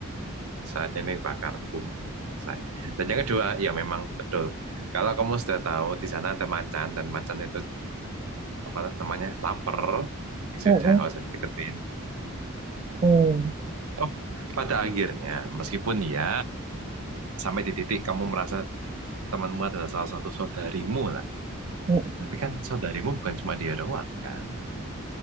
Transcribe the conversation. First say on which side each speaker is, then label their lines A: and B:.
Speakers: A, on the right; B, on the right.
A: saatnya ini bakar, boom, selesai. Dan yang kedua, ya memang betul. Kalau kamu sudah tahu di sana ada macan dan macan itu apa namanya lapar, ya
B: hmm,
A: sudah
B: hmm,
A: nggak usah deketin.
B: hmm,
A: Oh, pada akhirnya, meskipun ya sampai di titik kamu merasa temanmu adalah salah satu saudarimu
B: hmm.
A: Tapi kan saudarimu bukan cuma dia doang kan?